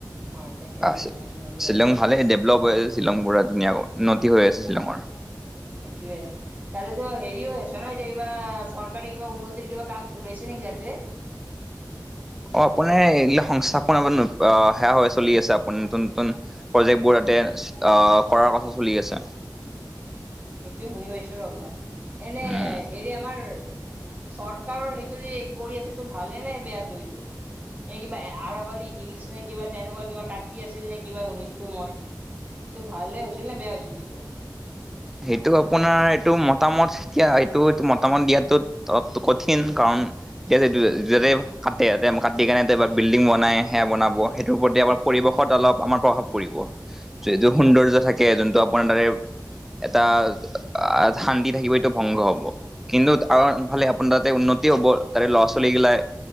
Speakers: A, on the right (about 20°); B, in the centre.
A: হয় টেকনিকেল
B: <unintelligible>
A: ইঞ্জিনিয়াৰিঙৰ কিবা
B: শ্বিলং
A: আছিল
B: ভালে ডেভলপ হৈ শ্বিলং পুৰা ধুনীয়া উন্নতি হৈ আছে শ্বিলঙৰ।
A: সেইটোৱে। তাতেতো হেৰিও আছে ন যে এইবা চৰকাৰী উন্নতিৰ কিবা কাম নেকি তাতে?
B: অ' আপোনাৰ <unintelligible> সংস্থাপনৰ সেয়া হৈ চলি আছে। আপোনাৰ নতুন নতুন প্ৰজেক্টবোৰ তাতে আ কৰাৰ কথা চলি আছে।
A: সেইটোয়ে শুনি পাইছো ৰ'বা, এনে
B: উম
A: হেৰি আমাৰ চৰকাৰৰ সেইটো যে কৰি আছে ভালে নে বেয়াটো ইটো? এই কিবা আৰাবলী হিলছ নে কিবা তেনেকুৱা কিবা কাটি আছিল নে কিবা শুনিছিলো মই। <unintelligible> ভালে হেছিল নে বেয়া হৈছিল সিটো?
B: সেইটো আপোনাৰ এইটো মতামত এতিয়া এইটো এইটো মতামত দিয়াটোত <unintelligible> কঠিন। কাৰণ এতিয়া <unintelligible> কাটে <unintelligible> কাটি কেনে <unintelligible> বিল্ডিং বনাই সেয়া বনাব সেইটোৰ প্ৰতি আমাৰ পৰিবেশত অলপ আমাৰ প্ৰভাৱ পৰিব, <unintelligible> সৌন্দৰ্য থাকে যোনটো আপোনাৰ দাৰে এটা আ -শান্তি থাকিব এইটো ভংগ হ'ব। কিন্তু আনফালে আপোনাৰ তাতে উন্নতি হ'ব। তাতে ল'ৰা ছোৱালী গিলাই